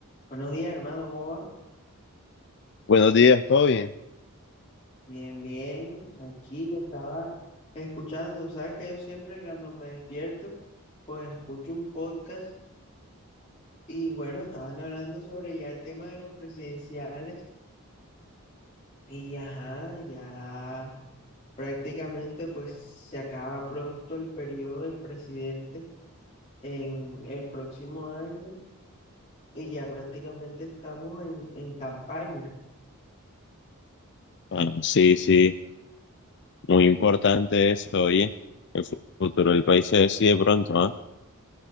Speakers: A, on the left; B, on the left.
A: Buenos días, hermano, ¿cómo va?
B: Buenos días, ¿todo bien?
A: Bien, bien. Aquí que estaba escuchando, sabes que yo siempre cuando me despierto, pues escucho un podcast y bueno, estaban hablando sobre ya el tema de los presidenciales y ajá, ya prácticamente pues se acaba pronto el periodo del presidente en el próximo año y ya prácticamente estamos en, en campaña.
B: Ah, sí, sí, muy importante eso, oye, el fu- futuro del país se decide pronto, ¿ah?